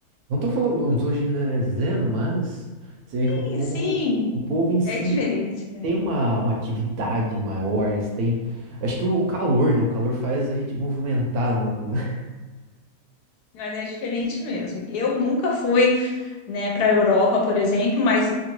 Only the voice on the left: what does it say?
sim,
sim,
é diferente, né?
Mas é diferente mesmo. Eu nunca fui né, para a Europa, por exemplo, mas